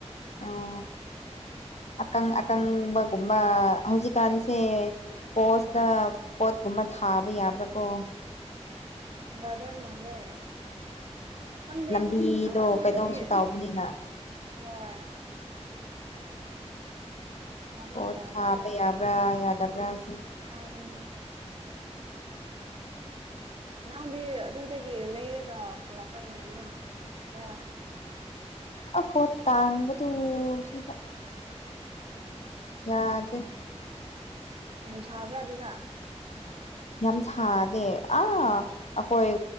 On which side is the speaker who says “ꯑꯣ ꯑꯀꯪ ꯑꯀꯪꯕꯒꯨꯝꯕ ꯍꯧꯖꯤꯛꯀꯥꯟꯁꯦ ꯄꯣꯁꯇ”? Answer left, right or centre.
Left